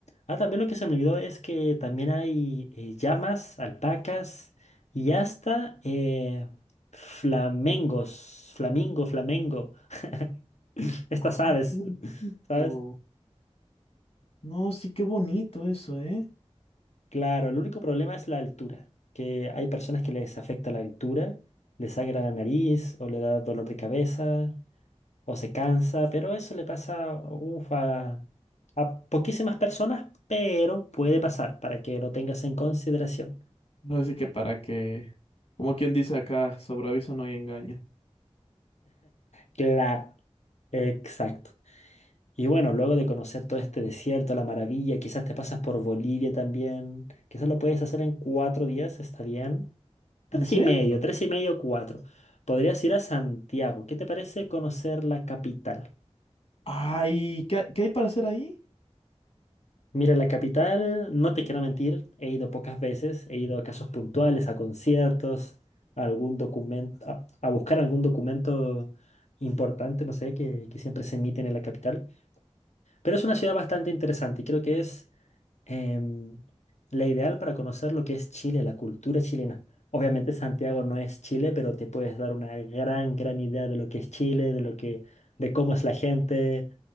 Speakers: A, on the left; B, on the left.
A: Ah, también lo que se me olvidó es que también hay eh, llamas, alpacas y hasta eh, flamengos, flamingo, flamengo, <laughs> estas aves,
B: Ay, qué bonito.
A: <laughs> ¿sabes?
B: No, sí, qué bonito eso, ¿eh?
A: Claro, el único problema es la altura, que hay personas que les afecta la altura, les sangra la nariz o le da dolor de cabeza o se cansa, pero eso le pasa uf, a, a poquísimas personas, pero puede pasar para que lo tengas en consideración.
B: No, así que para que, como quien dice acá, sobre aviso no hay engaño.
A: Claro, exacto. Y bueno, luego de conocer todo este desierto, la maravilla, quizás te pasas por Bolivia también, quizás lo puedes hacer en cuatro días, está bien. Tres
B: ¿En serio?
A: y medio, tres y medio, cuatro. Podrías ir a Santiago. ¿Qué te parece conocer la capital?
B: Ay, ¿qué, qué hay para hacer ahí?
A: Mira, la capital, no te quiero mentir, he ido pocas veces, he ido a casos puntuales, a conciertos, a algún documento, a, a buscar algún documento importante, no sé, que, que siempre se emiten en la capital. Pero es una ciudad bastante interesante y creo que es em, la ideal para conocer lo que es Chile, la cultura chilena. Obviamente Santiago no es Chile, pero te puedes dar una gran, gran idea de lo que es Chile, de lo que, de cómo es la gente.